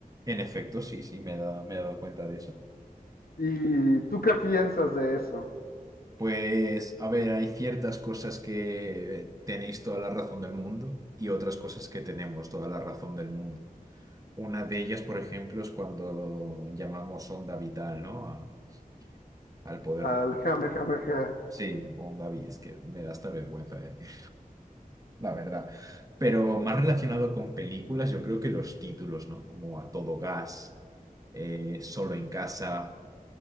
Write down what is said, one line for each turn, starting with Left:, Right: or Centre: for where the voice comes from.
Right: en efecto, sí, sí, me he dado, me he dado cuenta de eso.
Left: ¿Y tú qué piensas de eso?
Right: Pues, a ver, hay ciertas cosas que tenéis toda la razón del mundo y otras cosas que tenemos toda la razón del mundo. Una de ellas, por ejemplo, es cuando llamamos onda vital, ¿no? A- al poder
Left: Al
Right: de...
Left: Hammer, Hammer, Hammer.
Right: Sí, onda vital, es que me da hasta vergüenza decir. la verdad. Pero más relacionado con películas, yo creo que los títulos, ¿no? Como A Todo Gas, eh, Solo en Casa.